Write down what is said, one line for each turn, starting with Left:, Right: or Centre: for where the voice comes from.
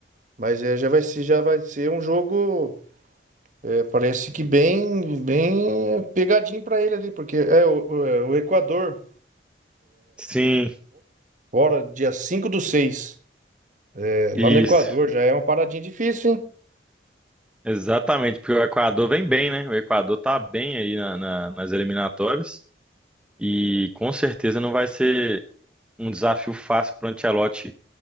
Right: mas é, já vai ser, já vai ser um jogo. É, parece que bem, bem pegadinho para ele ali, porque é o, é, o Equador,
Centre: Sim,
Right: agora, dia 5 do seis É,
Centre: isso.
Right: lá no Equador já é uma paradinha difícil, hein?
Centre: Exatamente, porque o Equador vem bem, né? O Equador tá bem aí na- na- nas eliminatórias e com certeza não vai ser um desafio fácil para o Ancelotti